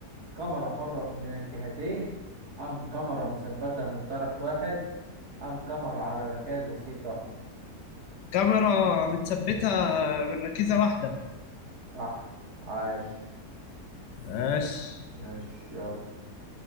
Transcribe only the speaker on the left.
كاميرا متثبتة من ركيزة واحدة
ماشي